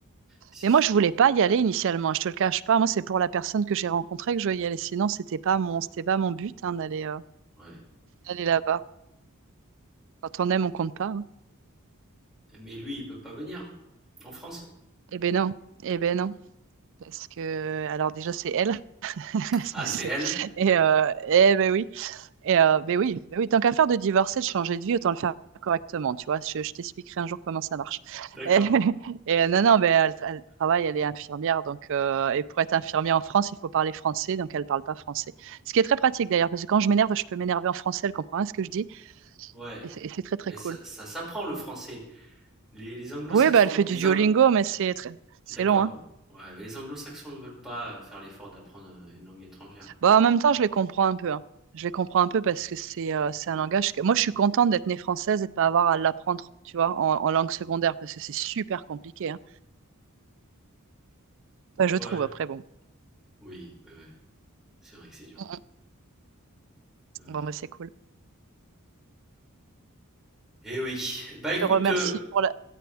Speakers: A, in the centre; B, on the right.
A: Si,
B: Mais
A: si.
B: moi, je voulais pas y aller initialement, je te le cache pas. Moi, c'est pour la personne que j'ai rencontrée que je veux y aller. Sinon, c'était pas mon, c'était pas mon but hein, d'aller euh,
A: Ouais.
B: d'aller là-bas. Quand on aime, on compte pas. hein.
A: Mais lui, il peut pas venir en France.
B: Eh ben non, eh ben non. Parce que, alors déjà, c'est elle. <laughs> C'est-
A: Ah, c'est
B: c'est-
A: elle?
B: Et, euh, eh ben oui. Et euh, mais oui, mais oui, tant qu'à faire de divorcer, de changer de vie, autant le faire correctement, tu vois. Je, je t'expliquerai un jour comment ça marche.
A: D'accord.
B: <laughs> Et, et, euh, non, non, mais elle, elle travaille, elle est infirmière, donc euh, et pour être infirmière en France, il faut parler français, donc elle parle pas français. Ce qui est très pratique d'ailleurs, parce que quand je m'énerve, je peux m'énerver en français, elle comprend rien à ce que je dis,
A: Ouais.
B: et c'est et c'est très très
A: Mais
B: cool.
A: ça, ça s'apprend le français. Les, les anglo-saxons,
B: Oui, bah elle fait
A: les
B: du Duolingo,
A: Ang,
B: mais c'est très- c'est
A: d'accord.
B: long, hein.
A: Ouais, mais les anglo-saxons ne veulent pas euh, faire l'effort d'apprendre euh, une langue étrangère.
B: Bah, en même temps, je les comprends un peu, hein. Je les comprends un peu parce que c'est euh, c'est un langage que... Moi, je suis contente d'être née française et de pas avoir à l'apprendre, tu vois, en, en langue secondaire, parce que c'est super compliqué, hein. Enfin, je
A: Ouais.
B: trouve, après, bon.
A: Oui, ouais, ouais. C'est vrai que c'est dur.
B: Mm, mm.
A: Ouais, ouais.
B: Bon, bah, c'est cool.
A: Eh oui. Bah écoute,
B: Je te remercie
A: euh,
B: pour la...